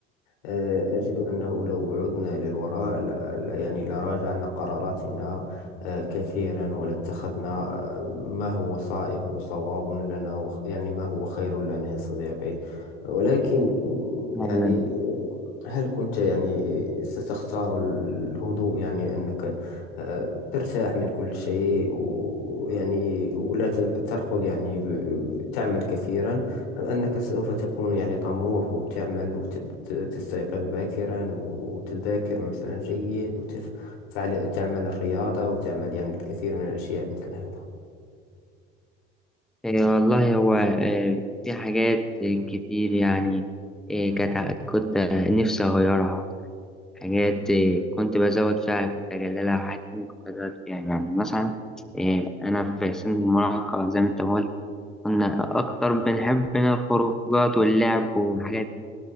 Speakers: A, on the left; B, in the centre.
A: آه، أجد أنه لو عدنا للوراء ل- ل- يعني لراجعنا قراراتنا آه، كثيرا ولاتخذنا آه، ما هو صائب وصواب لنا وخ- يعني ما هو خير لنا يا صديقي ولكن مم،
B: فعلا
A: يعني آه، هل كنت يعني ستختار الهدوء يعني أنك آه، ترتاح من كل شيء ويعني ولا تر- تركض يعني ب- ب- تعمل كثيرا أم أنك سوف تكون يعني طموح وتعمل وتستيقظ باكرا وتذاكر مثلا جيد وتفعل تعمل الرياضة وتعمل يعني الكثير من الأشياء مثل هذا
B: إيه، والله هو إيه، في حاجات كتير يعني إيه، كانت ع- كنت نفسي أغيرها حاجات آه، كنت بزود فيها كنت أجللها وحاجات تانية كنت أزود فيها يعني مثلا آه، أنا في سن المراهقة زي ما أنت قلت كنا أكتر بنحب هنا الخروجات واللعب والحاجات دي